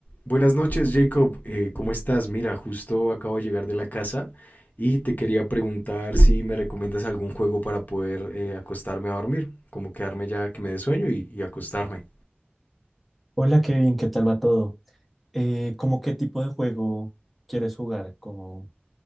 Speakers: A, on the left; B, in the centre.
A: Buenas noches, Jacob. Eh, ¿cómo estás? Mira, justo acabo de llegar de la casa y te quería preguntar si me recomiendas algún juego para poder eh, acostarme a dormir, como quedarme ya que me dé sueño y, y acostarme.
B: Hola Kevin, ¿qué tal va todo? Eh, ¿cómo qué tipo de juego quieres jugar? ¿Como